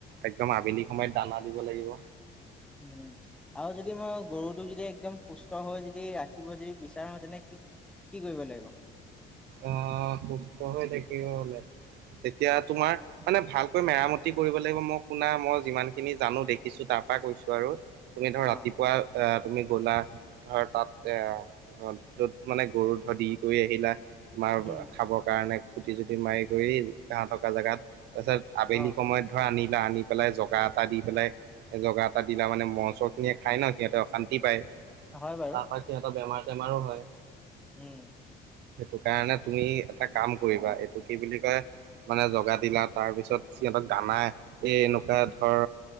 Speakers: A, on the right; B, in the centre.
A: একদম আবেলি সময়ত দানা দিব লাগিব।
B: উম আৰু যদি মই গৰুটোক যদি একদম সুস্থ হৈ যদি ৰাখিব যদি বিচাৰো তেনে কি কি কৰিব লাগিব?
A: আহ সুস্থ হৈ থাকিব হলে? তেতিয়া তোমাৰ মানে ভালকৈ মেৰামতি কৰিব লাগিব মই শুনা মই যিমান খিনি জানো দেখিছো তাৰ পা কৈছো আৰু তুমি ধৰা
B: অ',
A: ৰাতিপুৱা আহ তুমি গ'লা ধৰ তাত এ যত মানে গৰু <unintelligible> দি কৰি আহিলা তোমাৰ
B: উম,
A: খাবৰ কাৰণে কুটি জুটি মাৰি কৰি তাহতক এটা জেগাত তাৰপিছত আবেলি
B: অ',
A: সময়ত ধৰা আনিলা আনি পেলাই জগাত এটা দি পেলাই জগা এটা দিলা মানে মহ চহ খিনিয়ে খায় ন সিহঁতে অশান্তি পায়।
B: হয় বাৰু।
A: তাৰপৰা সিহঁতৰ বেমাৰ চেমাৰো হয়।
B: উম।
A: সেই কাৰণে তুমি এটা কাম কৰিবা এইটো কি বুলি কয় মানে জগা দিলা তাৰপিছত সিহঁতক গা আমাৰ এই এনেকুৱা ধৰ